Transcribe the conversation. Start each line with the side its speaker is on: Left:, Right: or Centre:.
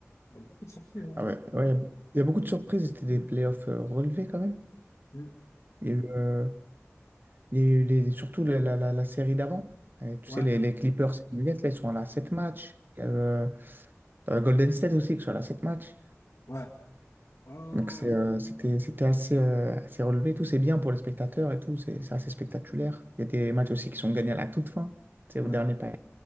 Left: il y a beaucoup de surprises hein.
Right: Ah ouais, ouais. Il y a beaucoup de surprises. C'était des playoffs euh, relevés quand même.
Left: Hmm.
Right: Il y a eu, euh, il y a eu les- surtout la, la- la- la série d'avant. Euh, tu
Left: ouais
Right: sais, les, les Clippers et les Nuggets, là, ils sont à la 7 matchs. Il y a, euh, euh, Golden State aussi, qui sont à la 7 matchs.
Left: ouais ouais ouais
Right: Donc c'est, euh, c'était, c'était assez, euh, assez relevé, tout c'est bien pour les spectateurs et tout, c'est c'est assez spectaculaire. Il y a des matchs aussi qui sont gagnés à la toute fin, c'est
Left: ouais
Right: au dernier
Left: ouais.
Right: panier,